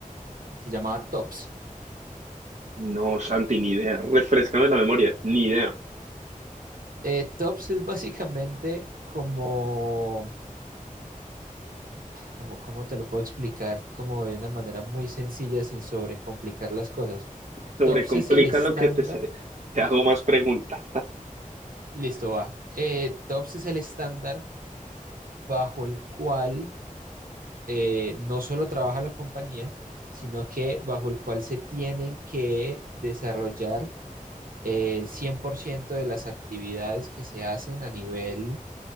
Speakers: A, on the right (about 80°); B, on the right (about 55°).
A: se llamaba TOPS.
B: No, Santi, ni idea. Refréscame la memoria, ni idea.
A: Eh, Tops es básicamente como, como, ¿cómo te lo puedo explicar? Como de una manera muy sencilla sin sobrecomplicar las cosas.
B: Sobrecomplica
A: Tops es el estándar,
B: lo que te, se- te hago más preguntas.
A: listo, va. Eh, Tops es el estándar bajo el cual eh, no solo trabaja la compañía, sino que bajo el cual se tienen que desarrollar el 100% de las actividades que se hacen a nivel